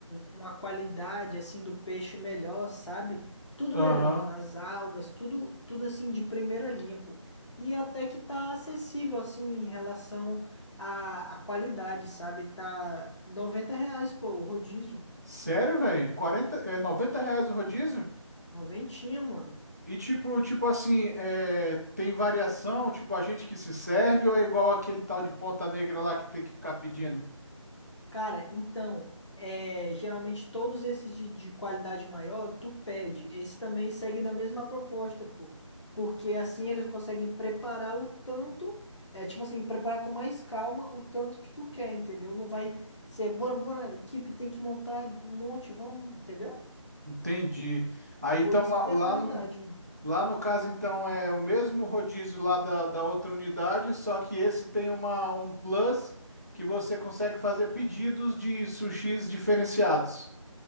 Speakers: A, on the left; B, on the right.
A: uma qualidade assim do peixe melhor, sabe? Tudo
B: aham.
A: melhor, mano. As algas, tudo, tudo assim de primeira linha, pô. E até que tá acessível, assim, em relação à, à qualidade, sabe? Tá 90 reais, pô, o rodízio.
B: Sério, velho? Quarenta? é, noventa reais o rodízio?
A: Noventinha, mano.
B: E tipo, tipo assim, é, tem variação, tipo, a gente que se serve ou é igual aquele tal de Ponta Negra lá que tem que ficar pedindo?
A: Cara, então, é, geralmente todos esses de, de qualidade maior, tu pede. Esse também segue na mesma proposta, pô. Porque assim eles conseguem preparar o tanto, é tipo assim, preparar com mais calma o tanto que tu quer, entendeu? Não vai ser, bora, bora, equipe tem que montar um monte, vamos, entendeu?
B: Entendi. Aí então
A: Por isso
B: lá,
A: que tem
B: lá
A: a qualidade.
B: no lá no caso então é o mesmo rodízio lá da, da outra unidade, só que esse tem uma um plus que você consegue fazer pedidos de sushis diferenciados.